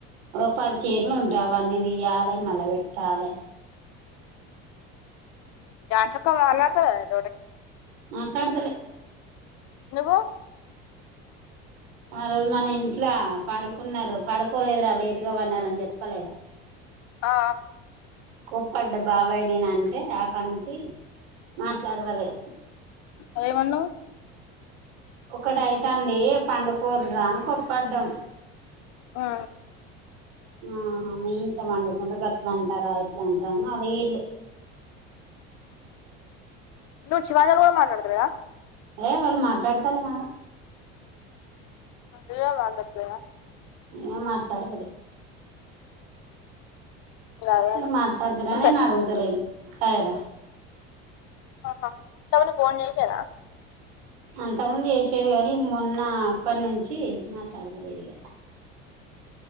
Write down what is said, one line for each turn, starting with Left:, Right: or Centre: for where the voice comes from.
Right: ఓ పది చైర్లుంటాయి అవన్నీ తీియాలి మళ్ళా పెట్టాలే
Left: జాన్స్ అక్క మాట్లాడతద
Right: మాట్లాడుతలె
Left: ఎందుకు
Right: ఆ రోజు మన ఇంట్లో పడుకున్నారు పడుకోలేదురా లేటు గా పన్నార చెప్పలేదా.
Left: ఆ
Right: కోప్పడ్డ బాబాయ్ నేన అంటే అక్నుంచి మాట్లాడతలే
Left: ఆ ఏమన్నావ్
Right: ఒకటిైతాంది పండుకోరిరా అని కోప్పడ్డం
Left: ఆ
Right: ఆహా మేమిట్ల పండుకుంటే గట్లంటారా ఇట్లా అలా అలిగిర్రు
Left: ను శివానీల్ కూడా మాట్లాడతుయ
Right: ఏ వాళ్ళు మాట్లాడతారు మా
Left: నువ్వే మాట్లాతలేదా
Right: ఏ మాట్లాడతలే
Left: గదే
Right: న మాటడుతలేను
Left: అంతే
Right: అని నేను అడుగుతలేను సాయిరా
Left: హా టోనూ ఫోన్ చేసరా
Right: అంత ముందు చేసేది కాని మొన్న అప్పటి నుంచి మాట్లాడతా లేదు ఇగా